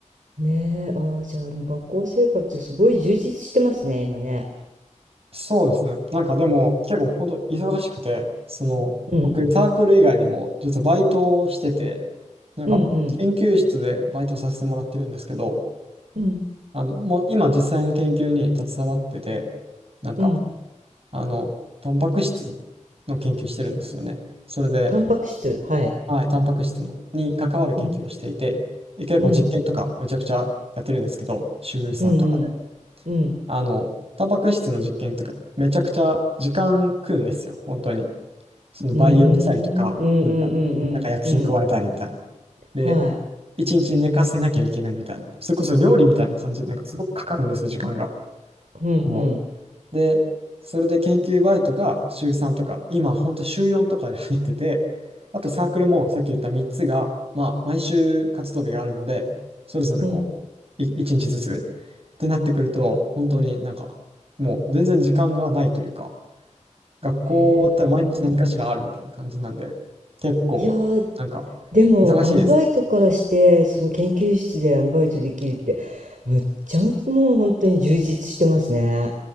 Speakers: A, on the right; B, on the right.
A: ねえ、ああ、じゃあ、でも学校生活すごい充実してますね、今ね。
B: そうですね。なんかでも、結構本当忙しくて、その、
A: うん、
B: 僕、サークル以外にも、実はバイトをしてて、なんか、
A: うん、うん、
B: 研究室でバイトさせてもらってるんですけど、
A: うん、
B: あの、もう今実際の研究に携わってて、なんか、
A: うん。
B: あの、タンパク質の研究してるんですよね。それで、
A: タンパク質、はい。
B: はい、タンパク質のに関わる研究をしていて、
A: うん、
B: で結構実験とかめちゃくちゃやってるんですけど、
A: うん、
B: 週さんとかで。
A: うん、うん、うん。
B: あの、タンパク質の実験とかめちゃくちゃ時間食うんですよ、本当に。その培養したりとか、
A: うーん、うん、うん、
B: なんか、
A: うん、
B: なんか薬品加えたりみたいな。
A: うん、うん。
B: で、
A: はい。
B: 一日寝かせなきゃいけないみたいな。それこそ料理みたいな感じで、なんかすごくかかるんですよ、時間が。
A: うん、うん、
B: こう。で、それで研究バイトが週3とか、今ほんと週4とかで入ってて、あとサークルもさっき言った3つが、まあ毎週活動日があるので、それぞれこう、
A: うん。
B: い1日ずつってなってくると、本当になんか、もう全然時間がないというか、学校終わったら毎日何かしらあるみたいな感じなんで、
A: へえ。
B: 結構、
A: いやー
B: なんか、
A: でも、
B: 忙しいですね。
A: アルバイトからして、その研究室でアルバイトできるって、むっちゃむちゃもう本当に充実してますね。